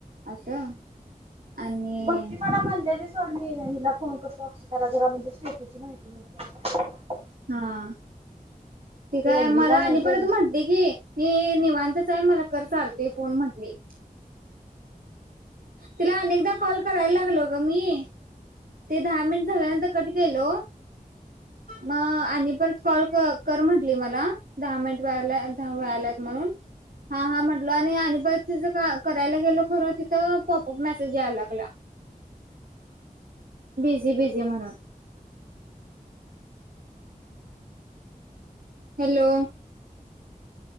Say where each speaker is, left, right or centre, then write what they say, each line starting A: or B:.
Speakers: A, on the right (about 70°); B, on the right (about 45°).
A: असं. आणि
B: भक्ती मला म्हणल्यालीच सोरणी हिला फोन करतो, अक्षताला जरा म्हनजे स्टेटेची माहिती मिळत्या
A: हा. ते काय
B: आणली
A: मला
B: का नाही
A: आणि
B: ते
A: परत म्हटली की ती निवांतच हाय, मला कर चालतय फोन म्हटली. तिला अनेकदा कॉल करायला लागलो ग मी. ते दहा मिनिट झाल्यानंतर कट केलो म आणि परत कॉल क कर म्हटली मला, दहा मिनिट व्हायला धा व्हायल्यात म्हणून हा हा म्हटलो आणि आणि परत तिज का करायला गेलो खरं, तिथं पॉपअप मेसेज यायला लागला. बिझी बिझी म्हणून हॅलो.